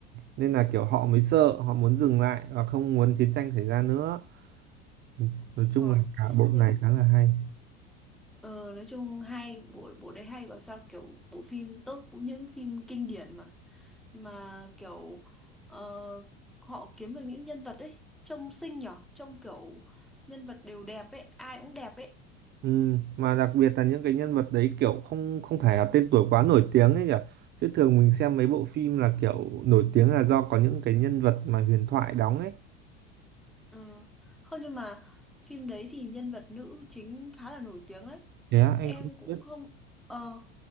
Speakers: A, on the right; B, in the centre.
A: nên là kiểu họ mới sợ họ muốn dừng lại và không muốn chiến tranh xảy ra nữa Ừ, nói chung
B: Đúng rồi
A: là cả bộ này
B: Thế-
A: khá là hay
B: ờ, nói chung hay bộ bộ đấy hay bảo sao kiểu bộ phim tốt cũng những phim kinh điển mà mà kiểu ờ, họ kiếm được những nhân vật ấy trông xinh nhở trông kiểu nhân vật đều đẹp ấy ai cũng đẹp ấy
A: ừ, mà đặc biệt là những cái nhân vật đấy kiểu không không phải là tên tuổi quá nổi tiếng ấy nhỉ chứ thường mình xem mấy bộ phim là kiểu nổi tiếng là do có những cái nhân vật mà huyền thoại đóng ấy
B: ừ. không nhưng mà phim đấy thì nhân vật nữ chính khá là nổi tiếng đấy
A: thế á, anh
B: em
A: không
B: cũng
A: biết
B: không ờ